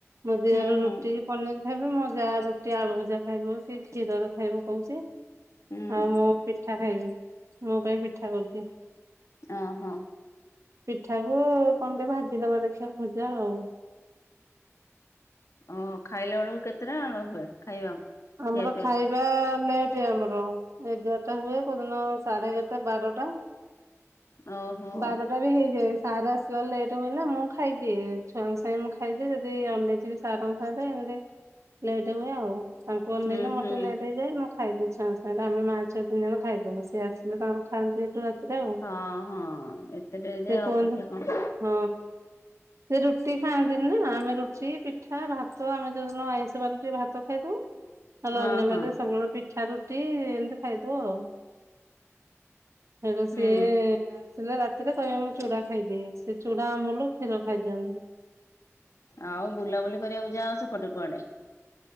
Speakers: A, on the right; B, on the left.
A: ମୋ ଦିଅର
B: ହୁଁ ହୁଁ
A: ରୁଟି କି ପନିର ଖାଇଵେ। ଯାହା ରୁଟି ଆଳୁ ଭଜା ଖାଇବ, କି କ୍ଷୀରର ଖାଇବ କହୁଛି,
B: ହୁଁ
A: ଆଉ ମୁଁ ପିଠା ଖାଇବି, ମୋ ପାଇଁ ପିଠା କରୁଛି ।
B: ଓ ହୋ ।
A: ପିଠାକୁ କ ଟେ ଭାଜି ଦବା ଦେଖିବା, ଭୂଜା ଆଉ
B: ଓ ଖାଇଲା ବେଳକୁ କେତେଟାେ ହୁଏ? ଖାଇବା
A: ଆମର
B: ଖିଆ ପିଆ
A: ଖାଇବା ଲେଟ ଆମର, ଏଗାରଟା ହୁଏ, କୋଉଦିନ ସାଢେ ଏଗାରଟା ବାରଟା
B: ଓହୋ
A: ବାରଟା ବି ହେଇଯାଏ । ସାର୍ ଆସିଲାେ ଲେଟ୍ ହୁଏ ନା ମୁଁ ଖାଇଦିଏ, ଛୁଆଙ୍କ ସାଙ୍ଗ ମୁଁ ଖାଇଦିଏ, ଯଦି ଅନେଇଥିବି ସାରଙ୍କ ସାଙ୍ଗରେ ଲେଟ ହୁଏ ଆଉ ତାଙ୍କୁ ଅନେଇଲେ
B: ହୁଁ
A: ମୋର
B: ହୁଁ
A: ଟିକେ ଲେଟ୍ ହେଇଯାଏ, ମ ଖାଇଦେ ଛୁଆ ଙ୍କ ସାଙ୍ଗରେ, ଆମେ ମା ଛୁଆ ତିନି ଜଣ ଖାଇଦବୁ, ସିଏ ଆସିଲେ ତାଙ୍କର ଖାଆନ୍ତି ଏଇଠୁ ରାତିରେ ଆଉ
B: ହଁ ହଁ ଏତେ ଟ ଯା
A: ସେ କୁହନ୍ତି
B: ଅପେକ୍ଷା କଣ?
A: ହଁ। ସେ ରୁଟି ଖାଆନ୍ତିନି ନା, ଆମେ ରୁଟି, ପିଠା, ଭାତ ଆମେ ଯୋଉଦିନ ଆଇଁଷ ବାର ଟିକେ ଭାତ ଖାଇଦଉ । ତାଲେ
B: ହଁ
A: ଅନ୍ୟମାନେ
B: ହଁ
A: ସବୁବେଳେ ପିଠା ରୁଟି ଏମିତି ଖାଇଦଉ ଆଉ ଆ ତ
B: ହୁଁ
A: ସେ ଆସିଲେ ରାତିରେ କହିବା ମୁଁ ଚୁଡ଼ା ଖାଇଦିଏ, ସେ ଚୁଡା ଆମଲ କ୍ଷୀର ଖାଇଦିଅନ୍ତି ।
B: ଆଉ ବୁଲାବୁଲି କରିବାକୁ ଯାଅ ସେପଟେ, କୁଆଡେ?